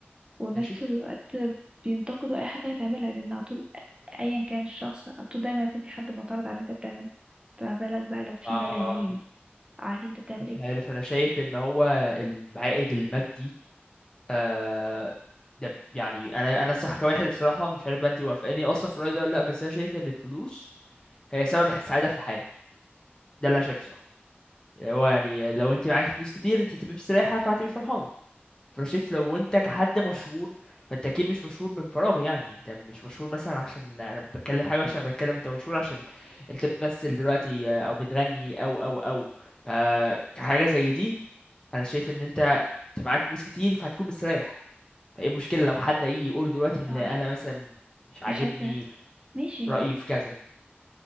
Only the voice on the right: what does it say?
والناس
طول الوقت بينتقدوا اي حاجه هتعملها لان على طول ايا كان الشخص على طول دايما هيكون في حد معترض على اللي انت بتعمله فما بالك بقى لو في
ملايين عارفين انت بتعمل
ايه
مش
عارف
مش عارفه ماشي